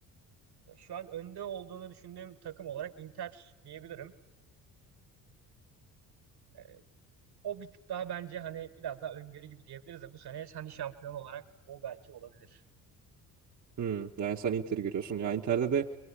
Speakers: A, on the right; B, on the right.
A: ya şu an önde olduğunu düşündüğüm takım olarak Inter diyebilirim. Ee, o bir tık daha bence hani biraz daha öngörü gibi diyebiliriz de bu sene hani şampiyon olarak o belki olabilir.
B: Hmm, yani sen Inter'i görüyorsun. Ya Inter'de de